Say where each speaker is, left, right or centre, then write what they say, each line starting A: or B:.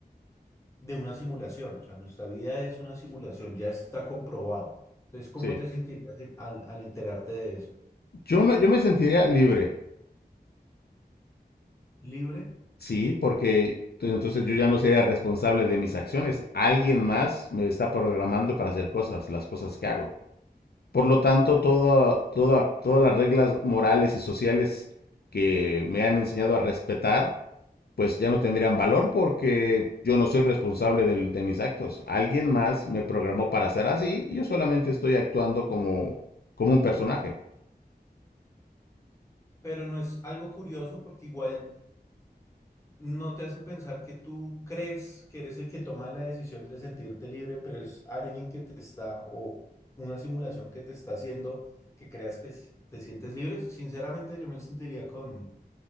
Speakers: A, on the left; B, on the left.
A: de una simulación, o sea, nuestra vida es una simulación, ya está comprobado. Entonces, ¿cómo
B: sí.
A: te sentirías en- al, al enterarte de eso?
B: Yo me, yo me sentiría libre,
A: Libre,
B: sí, porque t- entonces yo ya no sería responsable de mis acciones. Alguien más me está programando para hacer cosas, las cosas que hago. Por lo tanto, todo, toda- todas las reglas morales y sociales que me han enseñado a respetar, pues ya no tendrían valor porque yo no soy responsable del- de mis actos. Alguien más me programó para ser así y yo solamente estoy actuando como, como un personaje.
A: pero no es algo curioso porque igual... no te hace pensar que tú crees que eres el que toma la decisión de sentirte libre, pero es alguien que te está, o una simulación que te está haciendo que creas que s- te sientes libre. Sinceramente, yo me sentiría con,